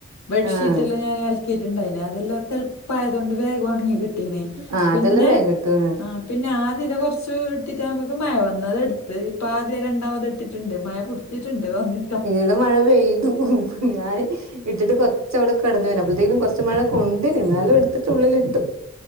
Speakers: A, on the left; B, on the right.
A: ബെഡ്ഷീറ്റ്
B: ആഹ്
A: എല്ലാം ഞാൻ അല ക്കിട്ടാണ്ടായിനി, അതെല്ലാം തളുപ്പായതോണ്ട് വേഗം ഉണങ്ങി കിട്ടീന്.
B: ആഹ്
A: പിന്നെ
B: അതെല്ലാം വേഗം കിട്ടും
A: പിന്നെ ആതില കുറച്ച് ഇട്ടിട്ട് നമുക്ക് മഴ വന്ന് അത് എടുത്ത്. ഇപ്പം ആദ്യം രണ്ടാമത് ഇട്ടിട്ടുണ്ട് മഴപു ട്ടിട്ടുണ്ട് വന്നി
B: ഇവിടെ മഴ പെയ്തു. ഞാനെയ് ഇട്ടിട്ട് കുറച്ചവിടെ കെടന്നീനു. അപ്പോൾ ത്തേക്കും കുറച്ച് മഴ കൊണ്ടിരുന്നു ന്നാലും അത് എടുത്തിട്ടുള്ളിലിട്ടു.